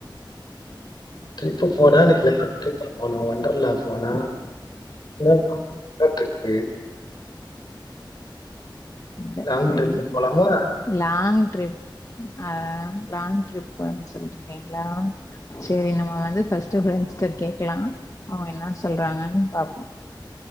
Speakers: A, on the left; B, on the left.
A: ட்ரிப்பு போனா <inaudible> போனா வண்டர்லா போனா <inaudible> <unintelligible>
B: <unintelligible>
A: லாங் ட்ரிப்பு போலாமா?
B: லாங் ட்ரிப் ஆஹ லாங் ட்ரிப்ன்னு சொல்றக்கேன் லாங் சரி நம்ம வந்து ஃபர்ஸ்ட் கேட்கலா அவங்க என்ன சொல்றாங்கன்னு பாாரப்போ